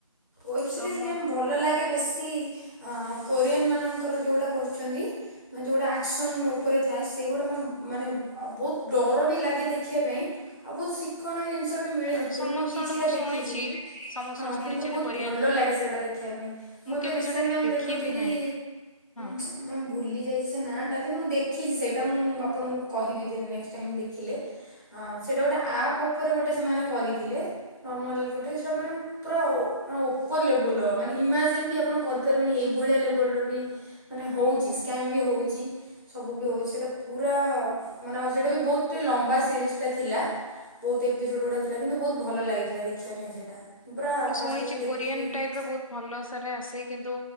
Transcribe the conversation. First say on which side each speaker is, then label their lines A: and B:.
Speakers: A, on the left (about 35°); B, on the left (about 70°).
A: ୱ୍ୱେବ ସିରିଜ
B: ତ ମୁଁ
A: ମ୍ୟମ୍ ଭଲ ଲାଗେ ବେଶୀ ଅ କୋରିଆନ ମାନଙ୍କର ଯୋଉଗୁଡା କରୁଛନ୍ତି? ମାନେ ଯେଉଁଗୁଟା ଆକ୍ସନ୍ ଉପରେ ଥାଏ ସେଗୁଡ଼ା ମାମ ମାନେ ବହୁତ ଡର ବି ଲାଗେ ଦେଖିବା ପାଇଁ ଆଉ ବହୁତ ଶି ତୀକ୍ଷଣ ଜିନିଷ ବି ମିଳେ
B: ଅ
A: ସେଥିରୁ
B: ସମସ୍ତଙ୍କଠୁ
A: ମୁଁ କିଛିଟା ଦେଖିଛି।
B: ଶୁଣିଛି
A: ହଁ
B: ସମସ୍ତଙ୍କୁ ଶୁଣିଛନ୍ତି
A: କିନ୍ତୁ ବହୁତ
B: କୋରିଆନ
A: ଭଲ ଲାଗେ ସେଗୁଟା ଦେଖିବା ପାଇଁ ମୁଁ ଏବେ
B: କେବେ
A: ରିସେଣ୍ଟ
B: ସେଟା
A: ମ
B: ଦେଖିବି
A: ଦେଖୁଥିଲି
B: ନାହିଁ ହଁ।
A: ମାମ୍ ଭୁଲି ଯାଇଛି ସେ ନାଁ ଟା କିନ୍ତୁ ମୁଁ ଦେଖିଛି ସେଇଟା ମୁଁ ଆପଣଙ୍କୁ କହିବି ଦ ନେକ୍ସଟ ଟାଇମ ଦେଖିଲେ ହଁସେଇଟା ଗୋଟେ ଆପ୍ ଉପରେ ଗୋଟେ ସେମାନେ କରିଥିଲେ ନର୍ମାଲ ଗୋଟେ ସେଟା ମାନେ ପୁରା ମାନେ ଓପର ଲେବୁଲର ମାନେ ଇମାଜିନ୍ ବି ଆପଣ କରିପାରିବେନି ଏଇଭଳିଆ ଲେବୁଲର ବି ମାନେ ହେଉଛି ସ୍କାମ୍ ବି ହେଉଛି। ସବୁ ବି ହଉଛି ସେଇଟା ପୁରା ମାନେ ଆ ସେଇଟା ବି ବହୁତେ ଲମ୍ବା ସିରିଜ ଟା ଥିଲା। ବହୁତ ଏପିସୋଡ ଗୁଡା ଥିଲା କିନ୍ତୁ ବହୁତ ଭଲ ଲାଗିଥିଲା ଦେଖିବା ପାଇଁ ସେଇଟା। ପୁରା
B: ମୁଁ
A: ଫାଷ୍ଟ
B: ଶୁଣିଛି
A: ଡ ଯେତେବେଳେ ଦେଖିଥିଲି।
B: କୋରିଆନ ଟାଇପ ର ବହୁତ ଭଲ ସାରା ଆସେ କିନ୍ତୁ